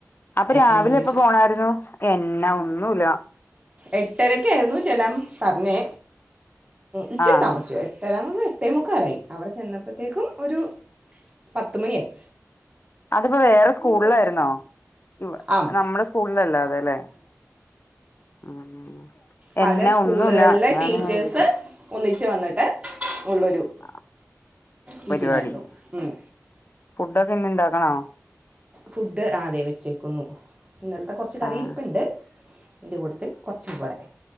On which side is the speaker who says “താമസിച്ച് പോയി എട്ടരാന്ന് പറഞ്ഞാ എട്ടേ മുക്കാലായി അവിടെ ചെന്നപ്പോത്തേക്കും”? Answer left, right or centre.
Right